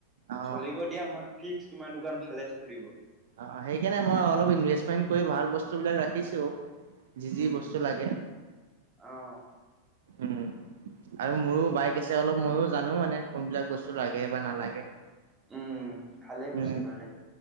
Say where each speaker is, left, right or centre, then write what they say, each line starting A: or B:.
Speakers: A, on the right; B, on the right.
A: অ
B: চলিব দিয়া মই ফিক্স তোমাৰ দোকান ভালে চলিব।
A: অ, সেইকাৰণে মই অলপ ইনভেষ্টমেন্ট কৰি ভাল বস্তুবিলাক ৰাখিছোঁ। যি
B: উম
A: যি বস্তু লাগে।
B: অ',
A: উম। আৰু মোৰো বাইক আছে অলপ ময়ো জানো মানে কোনবিলাক বস্তু লাগে বা নালাগে।
B: উম ভালে কৈছা
A: উম
B: ভালে